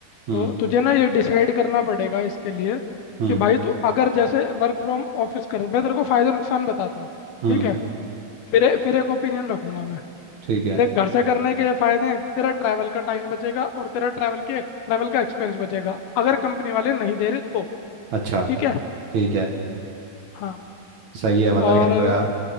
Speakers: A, on the right (about 55°); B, on the left (about 75°).
A: हम्म
B: तो तुझे ना ये डिसाइड करना पड़ेगा इसके लिए
A: हम्म
B: कि भाई तू अगर जैसे वर्क फ्रॉम ऑफिस कर मैं तेरे को फायदे नुकसान बताता हूँ
A: हम्म
B: ठीक है फिर ए- फिर एक ओपिनियन रखूंगा मैं
A: ठीक है
B: देख घर से करने के ये फायदे हैं तेरा ट्रैवल का टाइम बचेगा और तेरा ट्रैवल के ट्रैवल का एक्सपेंस बचेगा अगर कंपनी वाले नहीं दे रहे तो
A: अच्छा
B: ठीक है
A: ठीक है
B: हाँ
A: सही है मतलब
B: और
A: ये तो यार